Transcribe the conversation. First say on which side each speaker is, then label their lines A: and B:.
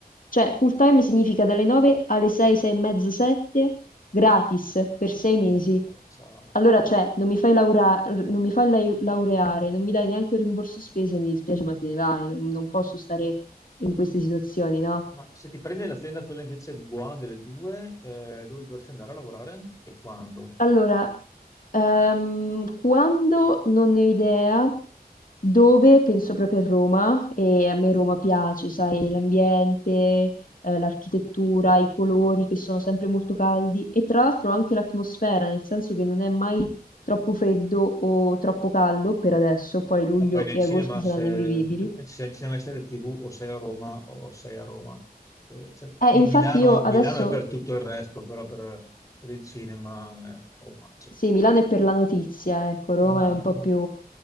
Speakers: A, on the left; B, on the left.
A: Cioè, full time significa dalle 9 alle 6, 6 e mezza, 7, gratis per sei
B: Sì,
A: mesi.
B: vabbè, ciao.
A: Allora, cioè, non mi fai laura- non mi fai lai- laureare, non mi dai neanche un rimborso spese, mi dispiace, ma te ne vai, non non posso stare in queste situazioni, no?
B: Ma se ti prende l'azienda quella invece buona delle due, eh, dove dovresti andare a lavorare e quando?
A: Allora, ehm, quando non ne ho idea, dove penso proprio a Roma, e a me Roma piace, sai, l'ambiente, eh, l'architettura, i colori che sono sempre molto caldi e tra l'altro anche l'atmosfera, nel senso che non è mai troppo freddo o troppo caldo per adesso, poi luglio
B: Ma poi nel
A: e
B: cinema,
A: agosto saranno
B: se,
A: invivibili.
B: se al cinema e serie TV o sei a Roma o sei a Roma. Eh, cioè,
A: Eh,
B: Mi-
A: infatti
B: Milano,
A: io adesso
B: Milano è per tutto il resto, però per, per il cinema è Roma. cioè.
A: Sì, Milano è per la notizia, ecco,
B: Eh,
A: Roma è un po' più...